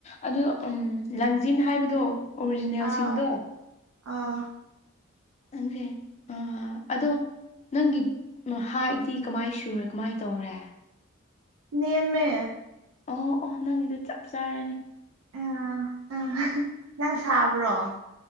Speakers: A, on the left; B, on the right.
A: ꯑꯗꯨ ꯎꯝ ꯂꯟꯖꯤꯟ ꯍꯥꯏꯕꯗꯣ ꯑꯣꯔꯤꯖꯤꯅꯦꯜ
B: ꯑꯥ
A: ꯁꯤꯡꯗꯣ
B: ꯑꯥ
A: ꯅꯪꯖꯦ ꯑꯥ ꯑꯗꯣ ꯅꯪꯒꯤ ꯍꯥꯏꯗꯤ ꯀꯃꯥꯏ ꯁꯨꯔꯦ ꯀꯃꯥꯏ ꯇꯧꯔꯦ
B: ꯅꯦꯝꯃꯦ
A: ꯑꯣ ꯑꯣ ꯅꯪꯒꯤꯗꯣ ꯆꯞ ꯆꯥꯔꯅꯤ
B: ꯎꯝ ꯎꯝ ꯅꯪ ꯁꯥꯕ꯭ꯔꯣ